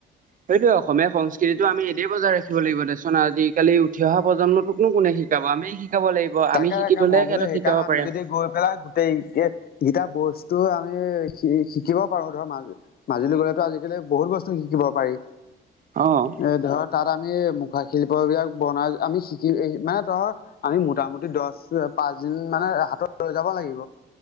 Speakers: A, on the right (about 45°); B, on the left (about 50°).
A: সেইটোয়ে অসমীয়া সং স্কৃতিটো আমি এদেই বজাই ৰাখিব লাগিব দেচোন আজিকালি উঠি অহা প্ৰজন্মটোকনো কোনে শিকাব, আমিয়ে শিকাব লাগিব।
B: তাকে
A: আমি শিকি
B: তাকে
A: থলে
B: মই
A: সিহঁতক
B: বোলো সেইকাৰণে
A: শিকাব
B: আমি
A: পাৰিম
B: যদি গৈ পেলাই গোটেই গিটা বস্তু আমি শিকিব পাৰো ধৰ মাজ মাজুলী গ'লেতো আজিকালি বহুত বস্তু শিকিব পাৰি।
A: অ'।
B: এ ধৰ তাত আমি মুখাশিল্প বিলাক বনাই, আমি শিকি মানে ধৰ আমি মোটামুটি দহ পাঁচ দিন মানে হাতত লৈ যাব লাগিব।